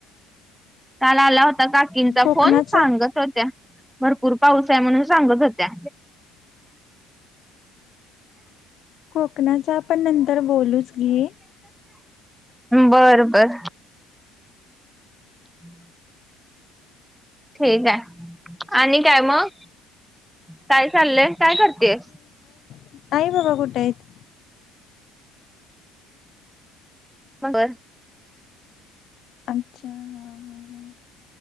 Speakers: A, in the centre; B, on the left.
A: काल आला होता काकींचा
B: कोकणाच
A: फोन सांगत होत्या भरपूर पाऊस. म्हणून सांगत होत्या.
B: कोकणाचा आपण नंतर बोलूच घे.
A: बर बर. हम्म! ठीक आहे आणि. काय मग काय चाललंय काय करतेय?
B: नाहीई बाबा कुठायत.
A: मगर
B: अच्छा ह ह ह